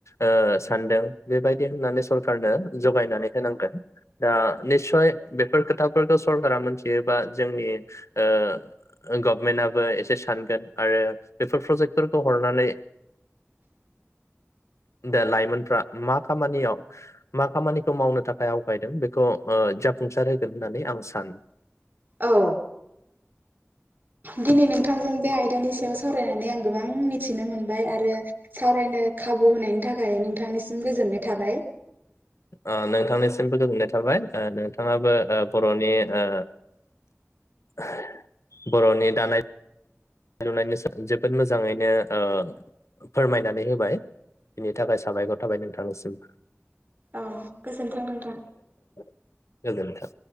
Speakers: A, on the left; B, on the right.
A: ओ सानदों बेबायदि होननानै सरकारनो जगायनानै होनांगोन। दा निसय बे फोर खोथाफोरखौ सरकारा मोनथियोबा जोंनि ओ गभमेन्टआबो एसे सान <unintelligible> आरो बेफोर प्रजेक्टफोरखौ हरनानै दा लाइमोनफ्रा मा खामानियाव मा खामानिखौ मावनो थाखाय आवगायदों बेखौ ओ जाफुंसार होगोन होननानै आं सानो।
B: औ दिनै नोंथांजों बे आयदानि सायाव सावरायनानै आं गोबां मिथिनो मोनबाय आरो सावरायनो खाबु होनायनि थाखाय नोंथांनिसिम गोजोननाय थाबाय।
A: ओ नोंथांनिसिमबो गोजोननाय थाबाय ओ नोंथाङाबो ओ बर'नि ओ <unintelligible> बर'नि दानाय लुनायनि जोबोद मोजाङैनो ओ फोरमायनानै होबाय बिनि थाखाय साबायखर थाबाय नोंथांनिसिम
B: औ गोजोनथों नोंथां
A: गोजोन्थों